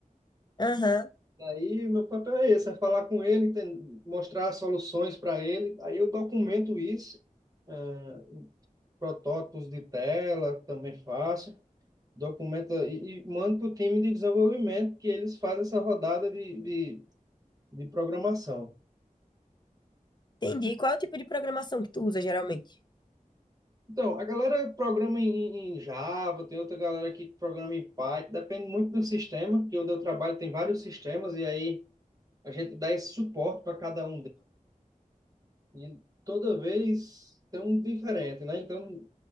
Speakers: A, on the left; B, on the right.
A: Aham,
B: Aí meu papel é esse, é falar com ele, enten- mostrar soluções para ele. Aí eu documento isso, ah, protótipos de tela também faço. documenta e, e manda para o time de desenvolvimento que eles fazem essa rodada de, de, de programação.
A: entendi. Qual é o tipo de programação que tu usa geralmente?
B: Então, a galera programa em, em Java, tem outra galera que programa em Python, depende muito do sistema, que onde eu trabalho tem vários sistemas, e aí a gente dá esse suporte para cada um deles. E toda vez tem um diferente, né? Então,